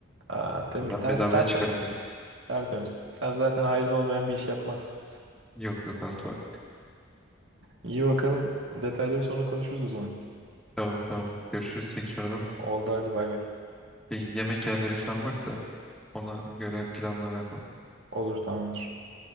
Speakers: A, on the right; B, in the centre.
A: Aa, temiz,
B: Ben
A: ter,
B: bedavaya
A: tertemiz.
B: çıkarım. bugün.
A: Tertemiz. Sen zaten hayrın olmayan bir iş yapmazsın.
B: Yok yok asla.
A: İyi bakalım. Detayları sonra konuşuruz o zaman.
B: Tamam tamam. Görüşürüz tekrardan.
A: Oldu hadi bay bay.
B: Bir yemek yerleri falan bak da Ona göre planlama yapalım.
A: Olur tamamdır.